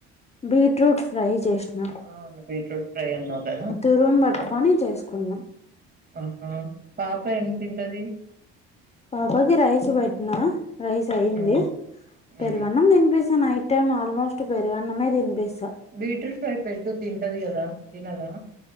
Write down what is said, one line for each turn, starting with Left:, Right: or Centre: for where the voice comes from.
Left: బీట్రూట్ ఫ్రై చేసిన.
Right: అవును బీట్రూట్ ఫ్రై అన్నావు కదా.
Left: దూరం పట్టుకొని చేసుకున్నాం
Right: ఆహ్ పాప ఏం తింటది.
Left: పాపాకి రైస్ పెట్టినా రైస్. ఏంది
Right: ఉమ్,
Left: పెరుగన్నం
Right: ఉమ్.
Left: తినిపిస్తా నైట్ టైమ్ ఆల్మోస్ట్ పెరుగన్నమే తినిపిస్తా
Right: బీట్రూట్ ఫ్రై పెట్టు తింటది కదా తినదా.